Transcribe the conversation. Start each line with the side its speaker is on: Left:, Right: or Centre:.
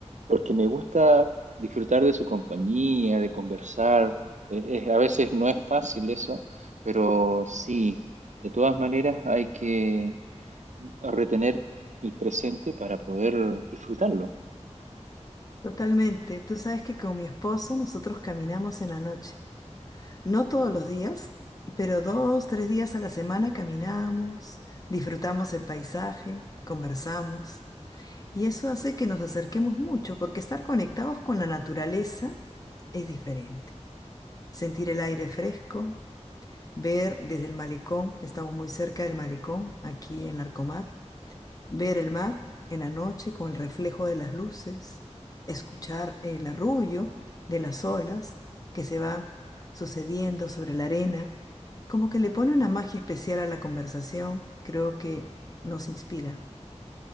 Right: porque me gusta disfrutar de su compañía, de conversar. Eh, eh, a veces no es fácil eso, pero sí, de todas maneras hay que retener el presente para poder disfrutarlo.
Left: Totalmente. Tú sabes que con mi esposo nosotros caminamos en la noche. No todos los días, pero dos, tres días a la semana caminamos, disfrutamos el paisaje, conversamos. Y eso hace que nos acerquemos mucho, porque estar conectados con la naturaleza es diferente. Sentir el aire fresco, ver desde el malecón, estamos muy cerca del malecón, aquí en Larcomar, ver el mar en la noche con el reflejo de las luces, escuchar el arrullo de las olas que se van sucediendo sobre la arena, como que le pone una magia especial a la conversación, creo que nos inspira.